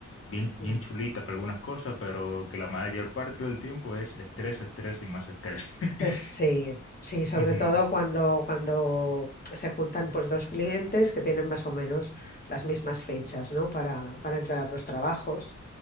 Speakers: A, on the left (about 50°); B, on the left (about 30°).
A: bien, bien
B: mm.
A: chulita para algunas cosas, pero que la mayor parte del tiempo es estrés, estrés y más estrés. <laughs>
B: Eh, Sí, sí, sobre
A: Ujú,
B: todo cuando, cuando se juntan pues dos clientes que tienen más o menos las mismas fechas, ¿no? Para, para entregar los trabajos.